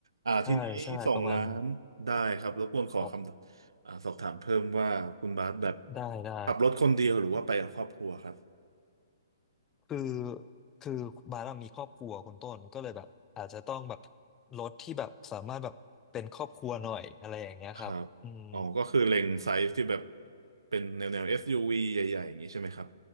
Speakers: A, on the right (about 85°); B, on the left (about 20°).
A: อ่าทีนี้สองล้านได้ครับรบกวนขอคำอ่าสอบถามเพิ่มว่าคุณบาสแบบ
B: ใช่ใช่ประมาณครับได้ได้
A: ขับรถคนเดียวหรือว่าไปกับครอบครัวครับ
B: คือคือบาร์มีครอบครัวคุณต้นก็เลยแบบอาจจะต้องแบบรถที่แบบสามารถแบบเป็นครอบครัวหน่อยอะไรอย่างเงี้ยครับอืม
A: ครับอ๋อก็คือเล็งไซส์ที่แบบเป็นแนวแนว SUV ใหญ่ๆอย่างนี้ใช่ไหมครับ